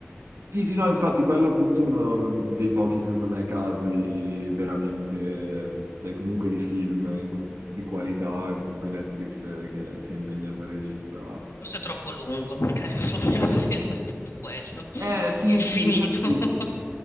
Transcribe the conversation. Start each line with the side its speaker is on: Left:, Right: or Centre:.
Right: Sì, sì, no, infatti quello appunto è uno dei pochi, secondo me, casi veramente, cioè comunque di film in- di qualità
Left: <laughs>
Right: in cui Netflix eh, che si è impegnata a regista.
Left: Forse è troppo lungo, <laughs> magari il problema <laughs> vero è stato quello.
Right: Eh sì,
Left: Infinito.
Right: sì, infatti
Left: <laughs>